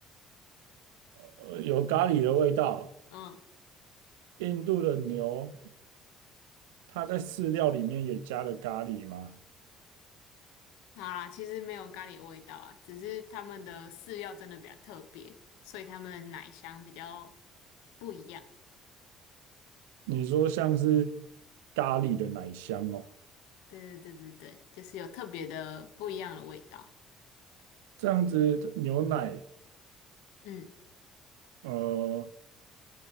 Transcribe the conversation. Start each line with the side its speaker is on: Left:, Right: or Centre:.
Right: 呃，有咖喱的味道。
Left: 嗯，
Right: 印度的牛，它在饲料里面也加了咖喱吗？
Left: 好啦，其实没有咖喱的味道啊，只是他们的饲料真的比较特别，所以他们的奶香比较不一样。
Right: 你说像是咖喱的奶香哦，
Left: 对对对对对，就是有特别的不一样的味道。
Right: 这样子牛奶，
Left: 嗯，
Right: 呃，